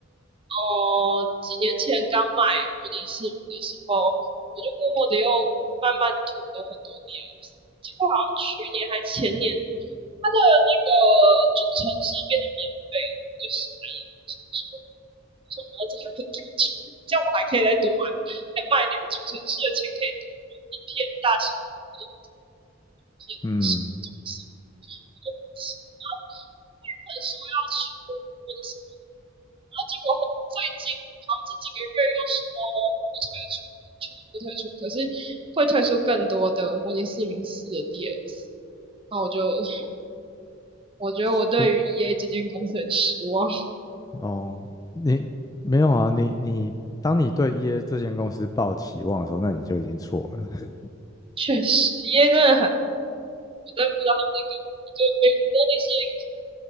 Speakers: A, on the right; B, on the left.
A: 呃几年前刚买模拟市民的时候，我就默默的又慢慢囤了很多 DLC，结果好像去年还前年，它的那个主城市变成免费了，我就傻眼，想说为什么要这很认真去？这样我还可以再多买买那个主城市的钱，可以多买一片大型一片小中心，
B: 嗯，
A: 我就很气。然后原本说要出问题，然后结果最近好像这几个月又说不推出，确定不推出，可是会推出更多的《模拟市民四》的 DLC。那我就 <laughs> 我觉得我对于
B: 说
A: EA 这间公司很失望，
B: 哦，你没有啊，你你当你对 EA 这间公司抱期望的时候，那你就已经错了。
A: 确实 EA 真的很真的不知道，就模拟市民